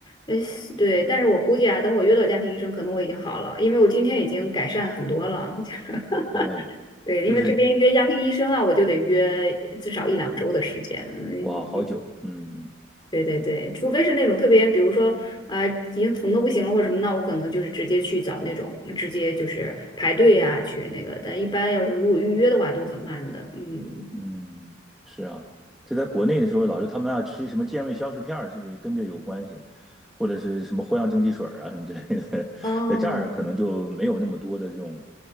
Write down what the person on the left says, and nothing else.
呃，对，但是我估计啊，等我约到家庭医生，可能我已经好了，因为我今天已经改善很多了。<laughs>
对，
因为这边约家庭医生啊，我就得约至少一两周的时间。嗯，
对对对，除非是那种特别，比如说啊、呃已经疼的不行了或者什么，那我可能就是直接去找那种，直接就是排队啊去那个。但一般要是如果预约的话，都很慢的。嗯，
哦，